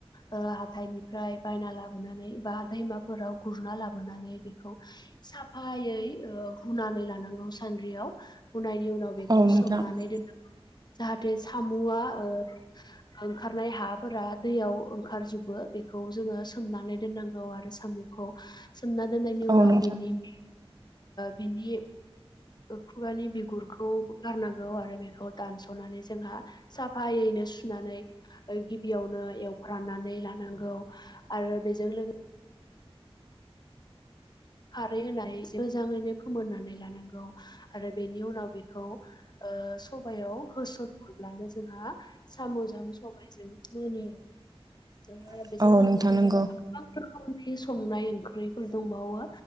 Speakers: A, on the left; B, on the right.
A: हाथायनिफ्राय बायना लाबोन बा दैमााव फोराव गुर लाबोनानै बेखौ साफायौओ हुना लानांगौ सानदरिआव सुनायनि उनाव बेखौ
B: औ नोंथां
A: सोमनानैोन जाहे मुवा ओ ओंखारनाय हाफोरा दैयाव ओंखारजोबो बेखौ जोङो सोमनानै दोननांगौ आरो साम खौ सोमना दोननायनि उनाव
B: औ नोंथां
A: बिनिओ बिनि खुगानि बिगुरखौ गारनांगौ आरो बेखौ दानस'नानै जोंहा साफायैनो सुनानै गिबियावनो एवफ्रनानै लानांगौ आरो बेजों लोगोसे खारै होनानै मोजाङैनो फोमोननानै लानांगौ आरो बेनि उनाव बेखौ ओ सबायाव होसनहरब्लानो जोंहा साम'जों सबायजों मोनो
B: <inaudible>
A: ओ बेजों
B: औ
A: लोगोसे
B: नोंथां नंगौ
A: जोंहा गोबां रोखोमनि संनाय ओंख्रिफोर दंबावो